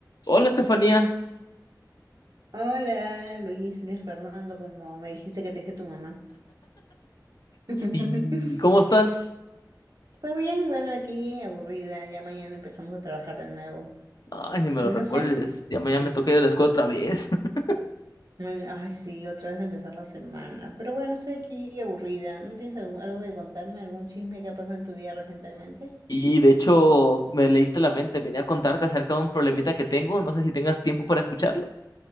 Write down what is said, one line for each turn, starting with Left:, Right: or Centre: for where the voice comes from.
Left: Hola Estefanía,
Right: Hola, Luis, Luis Fernando, como me dijiste que te dice tu mamá. <laughs>
Left: sí, ¿cómo estás?
Right: Pues bien, bueno, aquí aburrida, ya mañana empezamos a trabajar de nuevo.
Left: Ay, ni me
Right: Y
Left: lo recuerdes,
Right: no sé,
Left: ya mañana me toca ir a la escuela otra vez. <laughs>
Right: ay, ay, sí, otra vez empezar la semana. Pero bueno, estoy aquí aburrida. ¿No tienes algo, algo que contarme, algún chisme que ha pasado en tu vida recientemente?
Left: Y de hecho, me leíste la mente, venía a contarte acerca de un problemita que tengo, no sé si tengas tiempo para escucharlo.